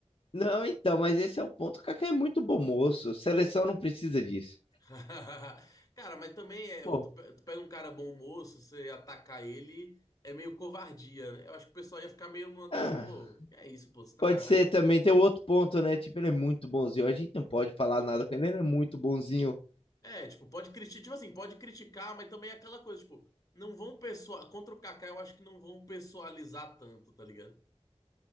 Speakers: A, on the left (about 50°); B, on the left (about 30°).
A: Não, então, mas esse é o ponto. O Kaká é muito bom moço. Seleção não precisa disso.
B: <laughs> Cara, mas também é,
A: Pô,
B: tu, pe- tu pega um cara bom moço, você atacar ele é meio covardia, né? Eu acho que o pessoal ia ficar meio uma dessa,
A: ah,
B: pô, que é isso, pô, você tá.
A: pode ser também. Tem outro ponto, né? Tipo, ele é muito bonzinho. A gente não pode falar nada com ele. Ele é muito bonzinho.
B: É, tipo, pode criticar, tipo assim, pode criticar, mas também é aquela coisa, tipo, não vão pessoal, contra o Kaká eu acho que não vão pessoalizar tanto, tá ligado?